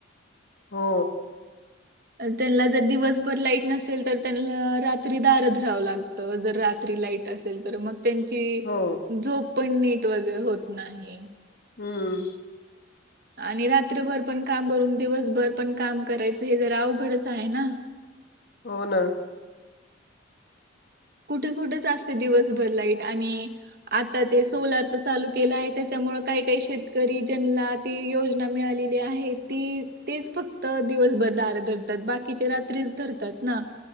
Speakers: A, on the left; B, on the right.
A: हो.
B: त्यांला जर दिवसभर लाईट नसेल तर त्यांना रात्री धार धरावं लागतं जर रात्री लाईट असेल तर मग त्यांची
A: हो
B: झोप पण नीट वगैरे होत नाही.
A: हम्म.
B: आणि रात्रभर पण काम करुन दिवसभर पण काम करायचं हे जरा अवघडच आहे ना.
A: हो ना.
B: कुठे कुठेच असते दिवसभर लाईट आणि आता ते सोलारच चालू केलं आहे त्याच्या मुळ काही-काही शेतकरी ज्यांला ती योजना मिळालेली आहे ती तेच फक्त दिवस दिवसभर धार धरतात बाकीचे रात्रीच धरतात ना.